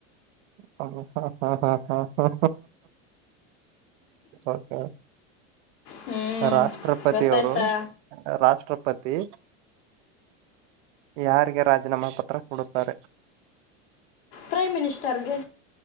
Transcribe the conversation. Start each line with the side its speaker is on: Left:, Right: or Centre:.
Right: ಹ ಹಾ ಹಾ ಹಾ ಹಾ ಹಾ ಓಕೆ
Left: ಹ್ಞೂ
Right: ರಾಷ್ಟ್ರಪತಿ
Left: ಗೊತ್ತಾಯ್ತಾ
Right: ಅವರು ರಾಷ್ಟ್ರಪತಿ ಯಾರಿಗೆ ರಾಜೀನಾಮಾ ಪತ್ರ ಕೊಡುತ್ತಾರೆ?
Left: ಪ್ರೈಮ್ ಮಿನಿಸ್ಟರ್ಗೆ.